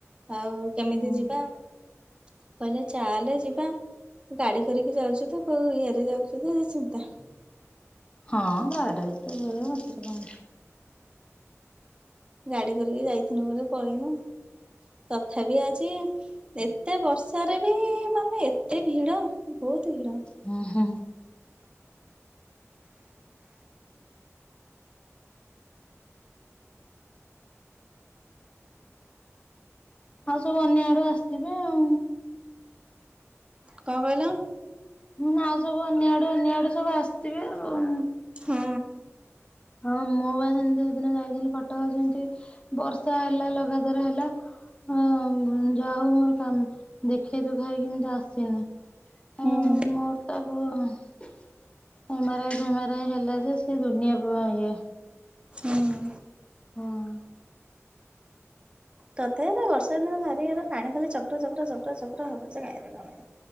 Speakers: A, on the right; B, on the left.
A: ଆଉ କେମିତି
B: ହୁଁ
A: ଯିବା- କହିଲେ ଚାଲେ ଯିବା। ଗାଡି କରିକି ଯାଉଚୁ ତ କଉ ଇଏରେ ଯାଉଚୁ ତ ଏତେ ଚିନ୍ତା।
B: ହଁ ଗାଢିରେ ତ ଗଲେ ହେତେରେ କଣ ଅଛି।
A: ଗାଡି କରିକି ଯାଇଥିଲୁ ବୋଲି ପଳେଇଲୁ ତଥାପି ଆ ଜି ଏତେ ବର୍ଷାରେ ବି ମାନେ ଏତେ ଭିଡ ବହୁତୁ ଭିଡ।
B: ହାଁ ହାଁ। ଆଉ ସବୁ ଅନ୍ୟ ଆଡୁ ଆସିଥିବେ ଆଉ।
A: କଣ କହିଲ?
B: ମୁଁ ନା ସବୁ ଅନ୍ୟ ଆଡୁ ଅନ୍ୟ ଆଡୁ ସବୁ ଆସିଥିବେ ଆଉଁ।
A: ହୁଁ
B: ହଁ, ମୁଁ ବା ସେଇଦିନ ସେମତି ଯାଇଥିଲି କଟକ ସେମିତି ବର୍ଷା ହେଲା ଲଗାତାର ହେଲା। ହଁ ଯାହା ହଉ ମୋର କାମ ଦେଖେଇ ଦୁଖାକି କେମିତି ଆସିନି।
A: ହୁଁ।
B: ଆଉ ମୋର ତ ବହୁ ଏମେରାଇ ଫେମାରଇ ହେଲା ଯେ ସେ ଦୁନିଆ ଗୁଆ ଘିଅ।
A: ହୁଁ।
B: ହଁ।
A: ତଥାପି ତ ବର୍ଷା ଦିନ ବାରି ଘର ପାଣିଖାଲି ଚପର, ଚପର ହବ ଯେ କାଇଁ ରେକଣ?